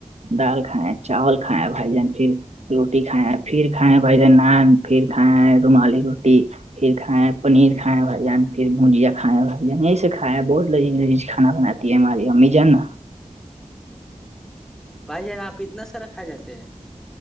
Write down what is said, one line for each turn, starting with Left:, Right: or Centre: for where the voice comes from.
Right: دال کھیں چاول کھائےیں بھائی جان پھر روٹی کھیں ہیں پھر کھائےیں ہیں بھائی جان نان پھر کھائےیں ہیں رومالی روٹی پھر کھائے ہیں پنیر کھائے ہیں بھ جان پھر بھجیا کھائے ہیں بھائی جان یہی سے کھائے ہے بہت لی لذی کانا بناتا ماری امی جائان نا
Centre: بھائی جانا آپ اتنا سارا کھا جاتے ہیں